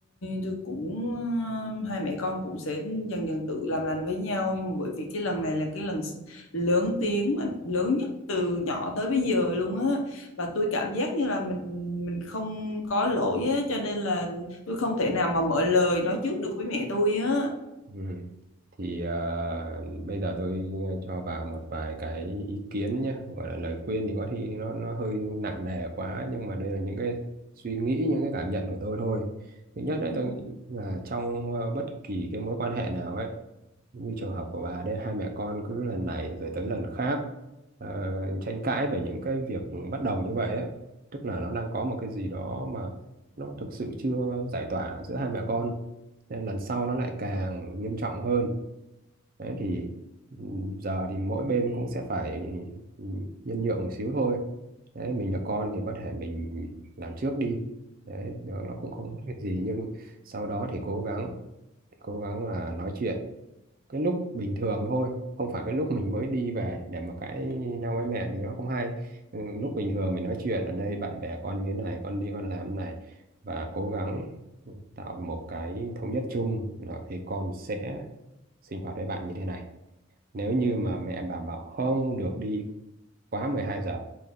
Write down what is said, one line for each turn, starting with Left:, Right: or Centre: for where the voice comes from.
Left: tôi cũng ờ, hai mẹ con cũng sẽ dần dần tự làm lành với nhau nhưng mà bởi vì cái lần này là cái lần s- lớn tiếng mà lớn nhất từ nhỏ tới bây giờ luôn á và tôi cảm giác như là mình mình không có lỗi á cho nên là tôi không thể nào mà mở lời nói trước được với mẹ tôi á.
Right: ừ, thì ờ, bây giờ tôi cho bà một vài cái ý kiến nhé gọi là lời khuyên thì có khi nó nó hơi nặng nề quá nhưng mà đây là những cái suy nghĩ những cái cảm nhận của tôi thôi thứ nhất đấy
Left: Ừ.
Right: tôi nghĩ là trong ờ, bất kỳ cái mối quan hệ nào ấy như trường hợp của bà đấy hai mẹ con cứ lần này rồi tới lần khác ờ, tranh cãi về những cái việc bất đồng như vậy ấy. Tức là nó đang có một cái gì đó mà nó thực sự chưa giải tỏa giữa hai mẹ con nên lần sau nó lại càng nghiêm trọng hơn đấy thì ừm, giờ thì mỗi bên cũng sẽ phải ừm, nhân nhượng một xíu thôi đấy mình là con thì có thể mình làm trước đi đấy đó nó cũng không có cái gì nhưng sau đó thì cố gắng cố gắng là nói chuyện cái lúc bình thường thôi không phải cái lúc mình mới đi về để mà cãi nhau với mẹ thì nó không hay ừ, lúc bình thường mình nói chuyện ở đây bạn bè con như thế này con đi con làm thế này và cố gắng tạo một cái thống nhất chung là thì con sẽ sinh hoạt với bạn như thế này nếu như mà mẹ bà bảo không được đi quá mười hai giờ